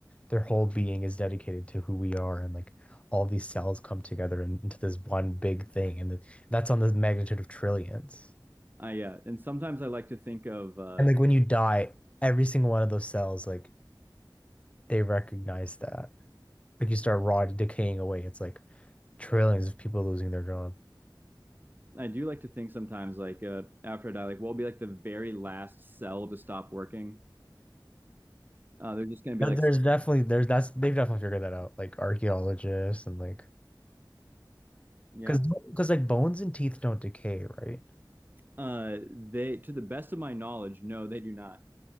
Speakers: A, on the left; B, on the right.
A: their whole being is dedicated to who we are and like all these cells come together in- into this one big thing. And th- that's on the magnitude of trillions.
B: I yeah, uh, and sometimes I like to think of. Uh,
A: And like when you die, every single one of those cells, like they recognize that. Like you start rotting, decaying away. It's like trillions of people losing their job.
B: I do like to think sometimes like uh, after I die, like what will be like the very last cell to stop working. Uh, they're just gonna be
A: But
B: like,
A: There's definitely there's that's they've definitely figured that out. Like archaeologists and like
B: yeah,
A: because because like bones and teeth don't decay, right?
B: Uh, they, to the best of my knowledge, no, they do not.